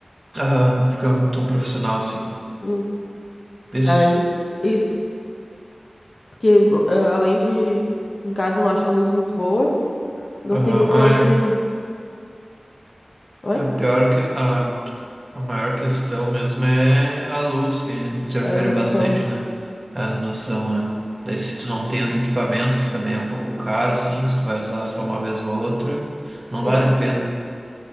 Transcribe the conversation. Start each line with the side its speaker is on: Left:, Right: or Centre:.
Right: aham, ficar tão profissional assim.
Left: Hum.
Right: Isso,
Left: Daí, isso. Porque eh, além de em casa não acho a luz muito boa, não
Right: aham.
Left: tem muito
Right: Ah,
Left: onde.
Right: é,
Left: Oi?
Right: é pior que, ah, a maior questão mesmo é a luz, que interfere
Left: É a iluminação,
Right: bastante,
Left: né?
Right: né? A noção, é. Daí se tu não tem os equipamentos, que também é um pouco caro, assim, se tu vai usar só uma vez ou outra,
Left: Sim.
Right: não vale a pena.